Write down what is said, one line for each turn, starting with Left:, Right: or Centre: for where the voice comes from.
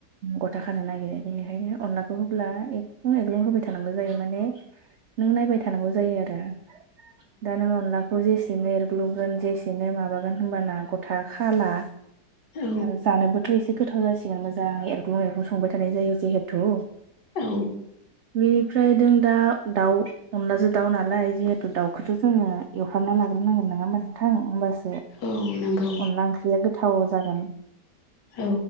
Right: गथा खानो नागिरो बेनिखायनो अनलाखौ होब्ला एग्लं एग्लं होबाय थानांगौ जायो माने नों नायबाय थानांगौ जायो आरो दा नों अनलाखौ जेसे सेनो एरग्लुंगोन जेसेनो माबागोन होनबाना गथा खाला।
Left: औ
Right: आरो जानोबोथ' एसे गोथाव जासिगोन मोजां एरग्लुं एरग्लुं संबाय थानाय जायो जिहेथु।
Left: औ
Right: बेनिफ्राय जों दा दाउ अनलाजों दाउ नालाय जिहेथु दाउखौथ' जोङो एवफ्रामना लाग्रो नांगोन नङा मथां होमबासो
Left: औ नोंगौ
Right: अनला ओंख्रिया गोथाव जागोन
Left: औ